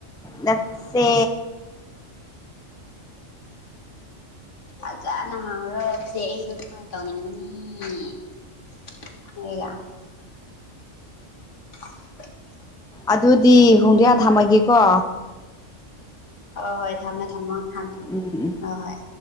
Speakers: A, in the centre; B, on the left (about 70°).
A: ꯅꯁꯦ
B: ꯐꯖꯅ ꯍꯥꯎꯔꯁꯦ ꯑꯩꯗꯣ ꯑꯗꯨꯃꯥꯏꯅ ꯇꯧꯅꯤꯡꯕꯅꯤꯒ ꯎ
A: ꯑꯗꯨꯗꯤ ꯍꯣꯡꯗ꯭ꯔꯌꯥ ꯊꯝꯃꯒꯦ ꯀ
B: ꯍ ꯍꯣꯏ ꯊꯝꯃꯦ ꯊꯝꯃꯣ ꯊꯝꯃꯦ
A: ꯎꯝ ꯎꯝ
B: ꯑ ꯍꯣꯏ